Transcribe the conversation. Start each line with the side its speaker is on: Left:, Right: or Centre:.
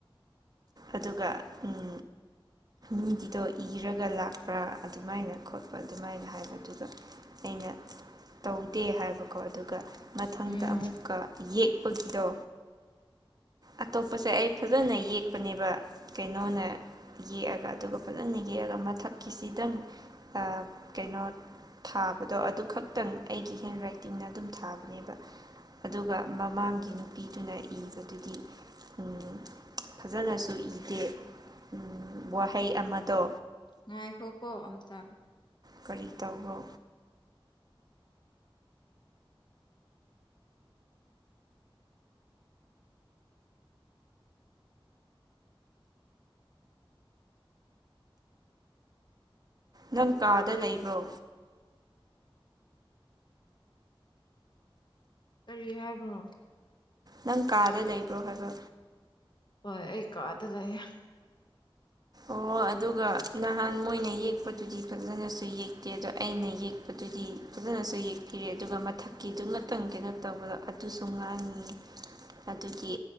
Right: ꯑꯗꯨꯒ ꯎꯝ ꯃꯤꯒꯤꯗꯣ ꯏꯔꯒ ꯂꯥꯛ ꯄꯨꯔꯥ ꯑꯗꯨꯃꯥꯏꯅ ꯈꯣꯠꯄ ꯑꯗꯨꯃꯥꯏꯅ ꯍꯥꯏꯕ ꯑꯗꯨꯒ ꯑꯩꯅ ꯇꯧꯗꯦ ꯍꯥꯏꯕ ꯀꯣ ꯑꯗꯨꯒ ꯃꯊꯪꯗ
Left: ꯎꯝ
Right: ꯑꯃꯨꯛꯀ ꯌꯦꯛꯄꯒꯤꯗꯣ ꯑꯇꯣꯞꯄꯁꯦ ꯑꯩ ꯐꯖꯅ ꯌꯦꯛꯄꯅꯦꯕ ꯀꯩꯅꯣꯅ ꯌꯦꯛꯑꯒ ꯑꯗꯨꯒ ꯐꯖꯅ ꯌꯦꯛꯑꯒ ꯃꯊꯛꯀꯤꯁꯤꯗꯪ ꯑꯥ ꯀꯩꯅꯣ ꯊꯥꯕꯗꯣ ꯑꯗꯨꯈꯛꯇꯪ ꯑꯩꯒꯤ ꯍꯦꯟ ꯔꯥꯏꯠꯇꯤꯡꯅ ꯑꯗꯨꯝ ꯊꯥꯕ ꯅꯦꯕ ꯑꯗꯨꯒ ꯃꯃꯥꯡꯒꯤ ꯅꯨꯄꯤꯗꯨꯅ ꯏꯕꯗꯨꯗꯤ ꯎꯝ ꯐꯖꯅꯁꯨ ꯏꯗꯦ ꯎꯝ ꯋꯥꯍꯩ ꯑꯃꯗꯣ
Left: ꯉꯥꯏꯈꯣꯀꯣ ꯑꯃꯇ
Right: ꯀꯔꯤ ꯇꯧꯕ꯭ꯔꯣ ꯅꯪ ꯀꯥꯗ ꯂꯩꯕ꯭ꯔꯣ
Left: ꯀꯔꯤ ꯍꯥꯏꯕꯅꯣ
Right: ꯅꯪ ꯀꯥꯗ ꯂꯩꯕ꯭ꯔꯣ ꯍꯥꯏꯕ
Left: ꯍꯣꯏ ꯑꯩ ꯀꯥꯗ ꯂꯩꯌꯦ
Right: ꯑꯣ ꯑꯗꯨꯒ ꯅꯍꯥꯟ ꯃꯣꯏꯅ ꯌꯦꯛꯄꯗꯨꯗꯤ ꯐꯖꯅꯁꯨ ꯌꯦꯛꯇꯦ ꯑꯗꯣ ꯑꯩꯅ ꯌꯦꯛꯄꯗꯨꯗꯤ ꯐꯖꯅꯁꯨ ꯌꯦꯛꯄꯤꯔꯦ ꯑꯗꯨꯒ ꯃꯊꯛꯀꯤꯗꯨꯒꯤꯇꯪ ꯀꯩꯅꯣ ꯇꯧꯕꯗ ꯑꯗꯨꯁꯨ ꯉꯥꯡꯉꯤ ꯑꯗꯨꯒꯤ